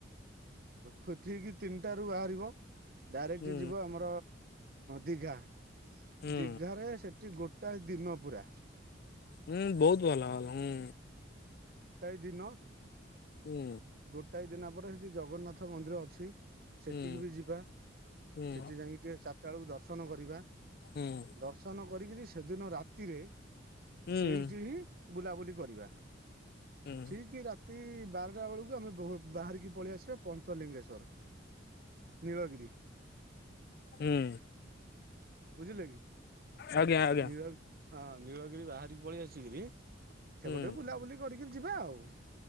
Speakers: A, on the right; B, on the left.
A: ପଠିକି ତିନିଟାାରୁ ବାହାରିବ ଡାଇରେକ୍ଟ
B: ହୁଁ
A: ଯିବ ଆମର ଦିଘା
B: ହୁଁ
A: ଦିଘାରେ ସେଠି ଗୋଟାଏ ଦିନ ପୁରା।
B: ହୁଁ ବହୁତ ଭଲ ହୁଁ।
A: ଏତାଇ ଦିନ
B: ହୁଁ।
A: ଗୋଟାଏ ଦିନ ପରେ ସେଠି ଜଗନ୍ନାଥ ମନ୍ଦିର ଅଛି ସେଠିକି
B: ହୁଁ
A: ବି ଯିବା
B: ହୁଁ
A: ସେଠି ଯାଇି ଟିକେ ଚାଟା ବେଳକୁ ଦର୍ଶନ କରିବା।
B: ହୁଁ
A: ଦର୍ଶନ କରିକିରି ସେଦିନ ରାତିରେ
B: ହୁଁ
A: ସେଇଠି ହିଁ ବୁଲାବୁଲି କରିବା।
B: ହୁଁ
A: ଠିକ ରାତି ବାରଟା ବେଳକୁ ଆମେ ବାହାରିକି ପଳେଇ ଆସିବା ପଞ୍ଚଲିଙ୍ଗେଶ୍ଵର। ନୀଳଗିରି
B: ହୁଁ
A: ବୁଝିଲେ କି
B: ଆଜ୍ଞା ଆଜ୍ଞା
A: ନୀଳି ହଁ ନୀଳଗିରି ବାହାରିକି ପଳେଇ ଆସିକିରି ସେପଟ
B: ହୁଁ
A: ବୁଲାବୁଲି କରିକିରି ଯିବା ଆଉ।